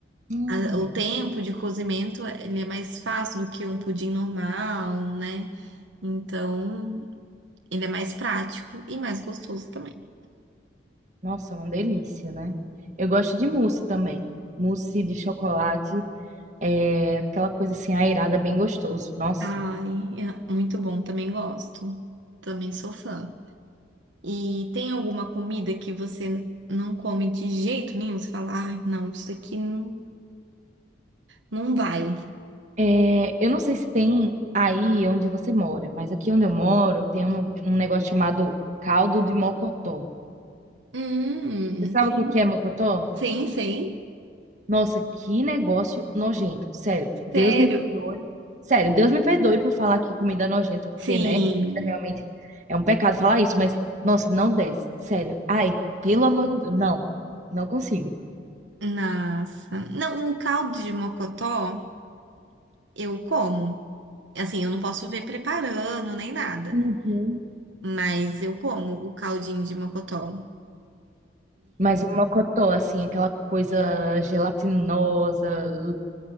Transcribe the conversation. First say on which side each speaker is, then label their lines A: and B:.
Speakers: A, on the right; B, on the right.
A: Hum,
B: a- o tempo de cozimento, ele é mais fácil do que um pudim normal, né? Então, ele é mais prático e mais gostoso também.
A: nossa, uma delícia, né? Eu gosto de mousse também. Mousse de chocolate, é aquela coisa assim aerada, bem gostoso. Nossa.
B: Ai, é muito bom, também gosto. Também sou fã. E tem alguma comida que você não come de jeito nenhum? Você fala, ai, não, isso aqui não, não vai.
A: É, eu não sei se tem aí onde você mora, mas aqui onde eu moro tem um, um negócio chamado caldo de mocotó.
B: Hum,
A: Você sabe
B: sim.
A: o que que é mocotó?
B: Sim, sim.
A: Nossa, que negócio nojento. Sério, Deus
B: Sério?
A: me perdoe. Sério, Deus me perdoe por falar que comida é nojento, porque,
B: Sim.
A: né, comida realmente é um pecado falar isso, mas, nossa, não desce. Sério. Ai, pelo amor de Deus. Não, não consigo.
B: Nossa. Não, um caldo de mocotó eu como. Assim, eu não posso ver preparando nem nada,
A: Uhum.
B: mas eu como o caldinho de mocotó.
A: Mas um mocotó, assim, aquela coisa gelatinosa.